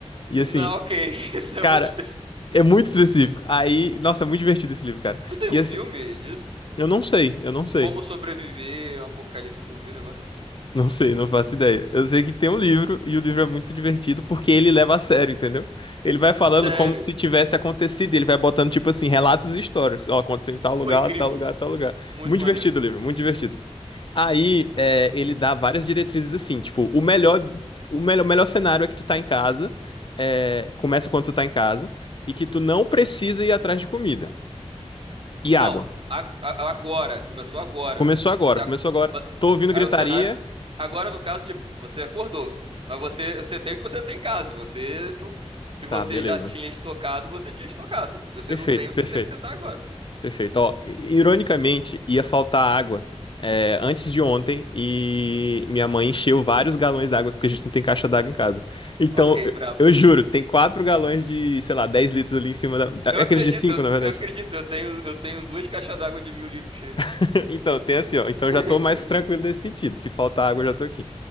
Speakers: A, on the left; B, on the right.
A: E
B: Não,
A: assim,
B: ok, <laughs> isso é
A: cara,
B: muito específico.
A: é muito específico. Aí, nossa, é muito divertido esse livro, cara.
B: Não tem
A: E
B: um
A: assim,
B: filme disso?
A: eu não sei, eu não sei.
B: Como sobreviver a um apocalipse zumbi, um negócio assim.
A: Não sei, não faço ideia. Eu sei que tem um livro e o livro é muito divertido porque ele leva a sério, entendeu? Ele vai falando
B: Sério.
A: como se tivesse acontecido, ele vai botando tipo assim, relatos e histórias. Ó, aconteceu em tal lugar,
B: Pô, incrível.
A: tal lugar, tal lugar.
B: Muito
A: Muito divertido
B: maneiro.
A: o livro, muito divertido. Aí, é, ele dá várias diretrizes assim, tipo, o melhor, o melhor, o melhor cenário é que tu tá em casa, é, começa quando tu tá em casa e que tu não precisa ir atrás de comida e
B: Não,
A: água.
B: a- a- agora. Começou agora.
A: Começou agora,
B: Você, ac-
A: começou agora. Tô ouvindo
B: aí
A: gritaria.
B: o cenário. Agora, no caso, tipo, você acordou. Mas você, você tem o que você tem em casa. Você não, se
A: Tá,
B: você
A: beleza.
B: já tinha estocado, você tinha estocado. Se você
A: Perfeito,
B: não tem, você
A: perfeito.
B: tem o que você tá agora.
A: Perfeito. Ó, i- ironicamente, ia faltar água é, antes de ontem e minha mãe encheu vários galões d'água porque a gente não tem caixa d'água em casa. Então,
B: Ok,
A: eu,
B: brabo.
A: eu juro, tem quatro galões de, sei lá, 10 litros ali em cima da, da-
B: Eu acredito,
A: aqueles de cinco,
B: eu,
A: na verdade.
B: eu acredito. Eu tenho, eu tenho duas caixas d'água de mil litros cheias.
A: <laughs> Então, tem assim, ó. Então,
B: <laughs>
A: eu já tô mais tranquilo nesse sentido. Se faltar água, eu já tô aqui.